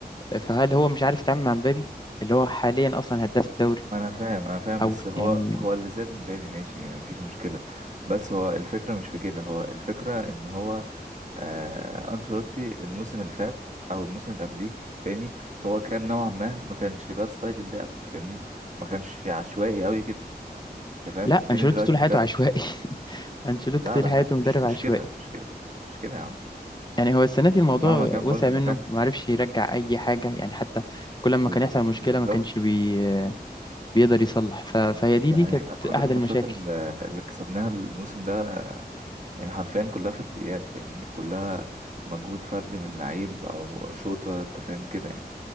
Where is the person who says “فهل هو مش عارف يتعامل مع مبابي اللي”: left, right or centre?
Left